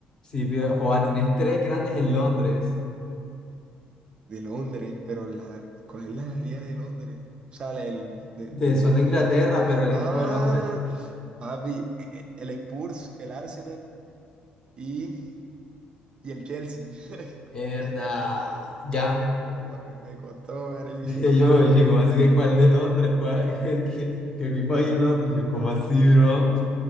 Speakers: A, on the left; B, on the right.
A: Sí, fíjate, joa, tienes tres grandes en Londres.
B: de Londres, pero la, ¿cuál es la alcaldía de Londres? O sea, la del, de, de,
A: Te son de
B: de
A: Inglaterra,
B: lo aquí.
A: pero el
B: Ah,
A: equipo de Londres.
B: papi, e- e- el Spurs, el Arsenal y, y el Chelsea. <laughs>
A: Verdad.
B: Ya.
A: Ya.
B: Oh, papi, me costó, marica.
A: Dije yo, oye, ¿cómo así que cuál de Londres? ¿Cuál- <laughs> ¿Qué, qué- qué equipo hay en Londres? Yo, ¿cómo así, bro?